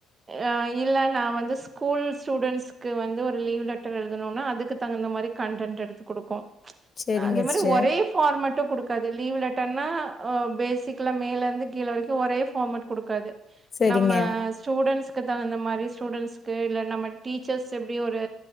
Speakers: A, on the right; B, on the left.
A: ஆ இல்ல நா வந்து ஸ்கூல் ஸ்டூடெண்ட்ஸ்கு வந்து ஒரு லீவ் லெட்டர் எழுதனும்னா அதுக்கு தகுந்த மாரி கண்டன்ட் எடுத்து குடுக்கு
B: சரிங்க
A: அதே மாரி
B: சிஸ்டர்
A: ஒரே ஃபார்மட்டு குடுக்காது லீவ்லெட்டர்னா பேஸிக்கலா மேல இருந்து கீழ வரைக்கு ஒரே ஃபார்மேட் குடுக் க்காது
B: சரிங்க
A: நம்ம ஸ்டூடெண்ட்ஸ்கு தகுந்த மாரி ஸ்டூடெண்ட்ஸ்கு இல்ல நம்ம டீச்சர்ஸ் எப்டி ஒரு